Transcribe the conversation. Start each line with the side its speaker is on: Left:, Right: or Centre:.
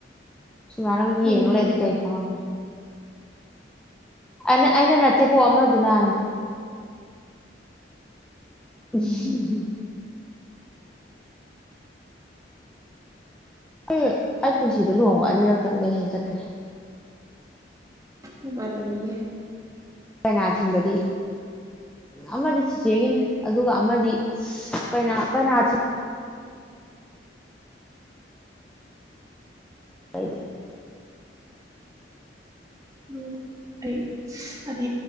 Centre: ꯁꯨꯃꯥꯏꯅ ꯌꯦꯡ
Right: ꯎꯝ
Centre: ꯂꯩꯔꯗꯤ ꯀꯩ ꯐꯥꯎꯅꯤ ꯑ ꯑꯩꯅ ꯅꯠꯇ‌ꯦ ꯀ‌ꯣ ꯑꯗꯨꯅ ꯏꯁ <unintelligible> ꯑꯩ ꯑꯩ ꯄꯨꯟꯁꯤꯗ ꯂꯨꯍꯣꯡꯕ ꯑꯅꯤꯔꯛꯇꯪꯗ ꯍꯦꯟ ꯆꯠꯇꯔꯤ
Right: ꯅꯃꯥꯟꯅꯕꯤꯒꯤ
Centre: ꯀꯩꯅꯥ ꯊꯤꯟꯕꯗꯤ ꯑꯃꯗꯤ ꯆꯤꯆꯦꯒꯤꯅꯤ ꯑꯗꯨꯒ ꯑꯃꯗꯤ ꯀꯩꯅꯥ <unintelligible>
Right: ꯎꯝ ꯑꯩ ꯑꯅꯤ